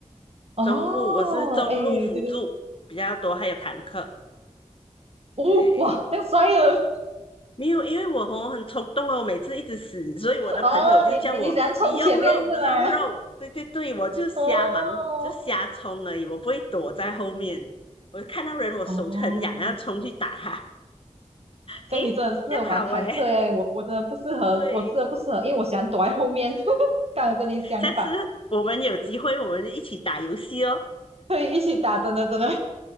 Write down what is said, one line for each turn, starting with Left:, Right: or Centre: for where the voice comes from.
Right: 哦，
Left: 中路，我是中路辅助比较多，
Right: 哎，对对，
Left: 还有坦克。
Right: 哦，
Left: 嗯，
Right: 哇，这样帅了。
Left: 没有，因为我吼很冲动哦，我每次一直死，所以我的朋友就叫我你用肉，
Right: <laughs> 哦，你你你喜欢冲前面是吗？
Left: 你用肉，对对对，我就瞎忙，
Right: 哦
Left: 就瞎冲而已，我不会躲在后面，我看到人我手就很痒，
Right: 哦，
Left: 要后冲去打他，
Right: 这样你真的适合玩坦克哎，
Left: 诶，这样好诶，
Right: 我我真的不适合，
Left: 对，
Right: 我真的不适合，因为我喜欢躲在后面。<laughs> 刚好跟你相反，
Left: 下次我们有机会我们就一起打游戏哦。
Right: 可以一起打，真的真的